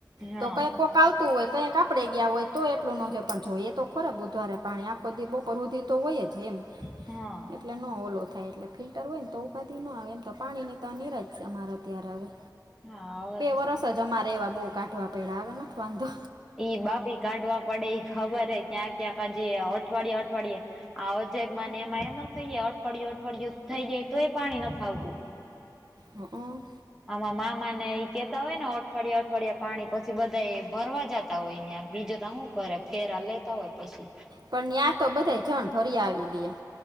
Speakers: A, in the centre; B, on the right.
A: હા
B: તો કઈ કોક આવ હોય કઈક આપણેે ગયા હોય તો એટલું નો પણ જોઈએ તો ખોર બુધવારે પાણી આખો પરવૃધિ તો હોય જ એમ
A: હા
B: એટલે ન ઓલો થાય એટલે ફિલ્ટર હોય ને તો ઉપાધિ ન આવે એમ તો પાણી નથી. તો નની રાજ અમારો ત્યારે હવે.
A: હા હવે
B: પરસ જ અમારેવા બહુ કાઢવા પેડાા આવે નથી વાંધો
A: એ બાપી કાઢવા પડે ખબર હે ક્યાંક ક્યાંક આજી અઠવાડિય અઠવાડિે આોજગ એમાં એમ જ થઈે અઠવાડિયું અઠવાડિયુ થઈ જાય તો એ પાણી ન આવતુ
B: હ
A: આમાં મામા ને એઈ કેતા હોય ને અઠવાડિયા અઠવાડિયા પાણી પછી બધા એ ભરવા જતા. હોય બીજુ ત શું કરે ફેર લેતા હોય, પછી.
B: પણ ત્યાં તો બધા જણ ભરી આવી દે